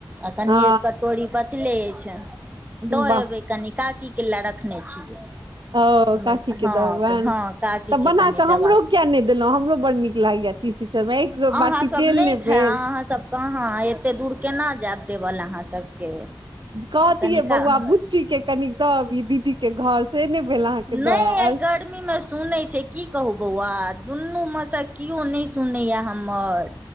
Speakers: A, on the right; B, on the right.
A: आ कनि
B: हँ
A: एक कटोरी बचले अछि दऽ
B: वाह
A: एबै कनि काकी केला रखने छियै
B: और
A: हमर
B: काकी के
A: हँ
B: दबैन
A: हँ काकीके
B: तऽ बना
A: कनि
B: के
A: देबाक
B: हमरो किया नहि देलौ हमरो बड्ड नीक लागै तीसी सजमयन एक
A: अहाँ
B: बाटी
A: सब
B: देल नहि
A: खायब
B: भेल
A: अहाँ सब कहाँ एते दूर केना जायब देवलए अहाँ सबके
B: कहतियै
A: कनिका
B: बौआ बुच्ची के कनी दऽ अबहि दीदी के घर से नहि भेल अहाँके
A: नहि
B: दऽ आयल
A: अइ गर्मी मे सुनै छै की कहू बौआ दुनू मे से केओ नहि सुनैया हमर आओर